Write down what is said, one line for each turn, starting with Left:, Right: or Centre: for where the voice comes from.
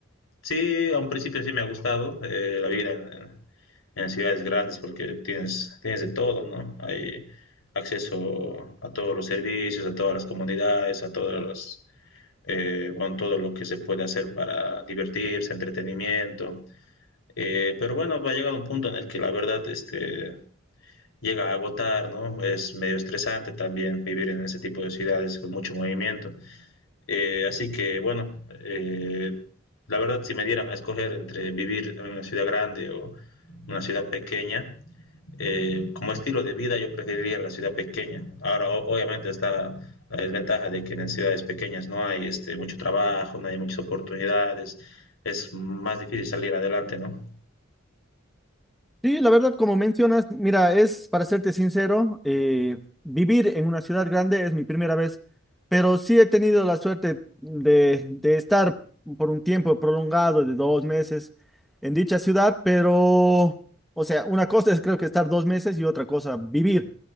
Left: sí, a un principio sí me ha gustado eh, la vida en, en ciudades grandes porque tienes, tienes de todo, ¿no? Hay acceso a todos los servicios, a todas las comunidades, a todas las, eh, bueno, todo lo que se puede hacer para divertirse, entretenimiento. Eh, pero bueno, va a llegar un punto en el que la verdad este, llega a agotar, ¿no? Es medio estresante también vivir en ese tipo de ciudades con mucho movimiento. Eh, así que, bueno, eh, la verdad, si me dieran a escoger entre vivir en una ciudad grande o una ciudad pequeña, eh, como estilo de vida yo preferiría la ciudad pequeña. Ahora, o- obviamente, está la desventaja de que en ciudades pequeñas no hay este, mucho trabajo, no hay muchas oportunidades, es más difícil salir adelante, ¿no?
Centre: Sí, la verdad, como mencionas, mira, es para serte sincero, eh, vivir en una ciudad grande es mi primera vez, pero sí he tenido la suerte de, de estar por un tiempo prolongado de dos meses en dicha ciudad, pero, o sea, una cosa es creo que estar dos meses y otra cosa vivir.